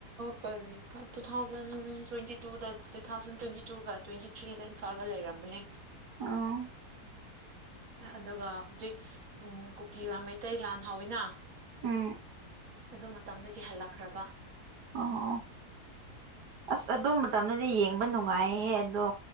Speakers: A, on the right (about 60°); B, on the right (about 85°).
A: ꯀꯔꯤ ꯇꯨ ꯊꯥꯎꯖꯟ ꯇ꯭ꯋꯦꯟꯇꯤ ꯇ ꯇꯨ ꯊꯥꯎꯟ ꯇ꯭ꯋꯦꯟꯇꯤ ꯇꯨꯒ ꯇ꯭ꯋꯦꯟꯇꯤ ꯊ꯭ꯔꯤꯗ ꯏꯝꯐꯥꯜꯒ ꯂꯩꯔꯝꯅꯦ
B: ꯑ
A: ꯑꯗꯨꯒ ꯍꯧꯖꯤꯛ ꯀꯨꯀꯤ ꯃꯩꯇꯩ ꯂꯥꯟ ꯍꯧꯥꯎꯋꯤꯅ
B: ꯎꯝ
A: ꯑꯗꯨ ꯃꯇꯝꯗꯒꯤ ꯍꯜꯂꯛꯈ꯭ꯔꯕ
B: ꯑꯣ ꯑꯁ ꯑꯗꯨ ꯃꯇꯝꯗꯗꯤ ꯌꯦꯡꯕ ꯅꯨꯡꯉꯥꯏꯍꯦ ꯑꯗꯣ